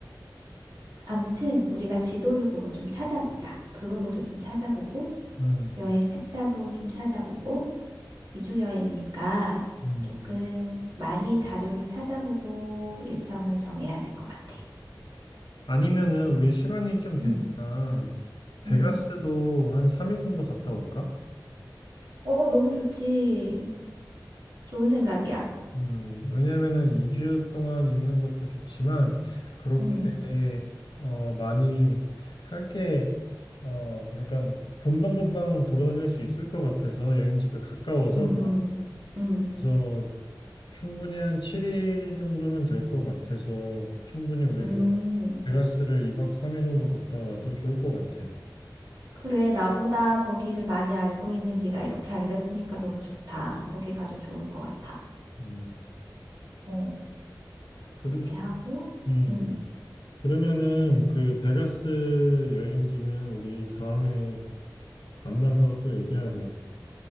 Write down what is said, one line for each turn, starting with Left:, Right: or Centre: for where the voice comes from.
Right: 아무튼 우리가 지도를 보고 좀 찾아보자. 블로그도 좀 찾아보고
Left: 음.
Right: 여행 책자도 좀 찾아보고 2주 여행이니까
Left: 음.
Right: 조금 많이 자료를 찾아보고 일정을 정해야 될 것 같아.
Left: 아니면은 우리 시간이 좀 되니까
Right: 응,
Left: 베가스도
Right: 응.
Left: 한 3일 정도 갔다 올까?
Right: 어, 너무 좋지. 좋은 생각이야.
Left: 음, 왜냐면은 2주 동안 있는 것도 좋지만 그렇게
Right: 응,
Left: 어 많이 할 게 어 그러니까 금방금방 돌아다닐 수 있을 것 같아서 여행지가 가까워서
Right: 응, 응, 응,
Left: 그래서 충분히 한 7일 정도면 될 것 같아서 충분히 우리가
Right: 응.
Left: 베가스를 2박 3일 정도 갔다 와도 좋을 것 같아.
Right: 그래, 나보다 거기를 많이 알고 있는 네가 이렇게 알려주니까 너무 좋다. 거기 가도 좋을 것 같아.
Left: 음.
Right: 어, 그렇게
Left: 그러,
Right: 하고,
Left: 음.
Right: 응.
Left: 그러면은 그 베가스 여행지는 우리 다음에 만나서 또 얘기하자.